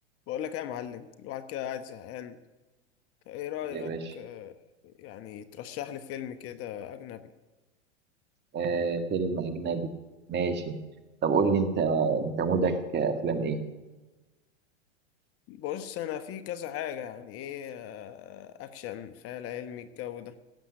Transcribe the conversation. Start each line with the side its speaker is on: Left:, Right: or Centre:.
Left: بقول لك ايه يا معلم الواحد كده قاعد زهقان فايه رأيك
Right: يا باشا
Left: آه، يعني ترشح لي فيلم كده أجنبي
Right: آه فيلم أجنبي ماشي طب قول لي أنت أنت مودك أفلام إيه؟
Left: بص أنا في كذا حاجة يعني ايه آه، أكشن خيال علمي الجو ده